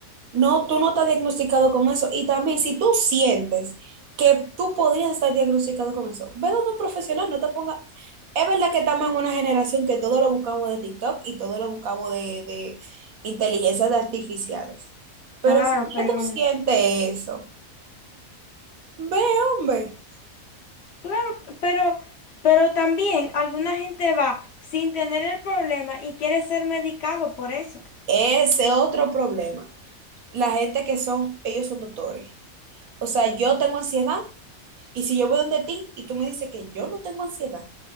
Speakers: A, on the right; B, on the left.
A: No, tú no estás diagnosticado con eso. Y también, si tú sientes que tú podrías estar diagnosticado con eso, ve donde un profesional, no te ponga. Es verdad que estamos en una generación que todo lo buscamos de TikTok y todo lo buscamos de, de inteligencias artificiales. Pero
B: Claro,
A: si
B: pero...
A: ya tú sientes eso, ve, hombre,
B: Claro, pero, pero también alguna gente va sin tener el problema y quiere ser medicado por eso.
A: ese otro problema. La gente que son, ellos son doctores. O sea, yo tengo ansiedad y si yo voy donde ti y tú me dices que yo no tengo ansiedad,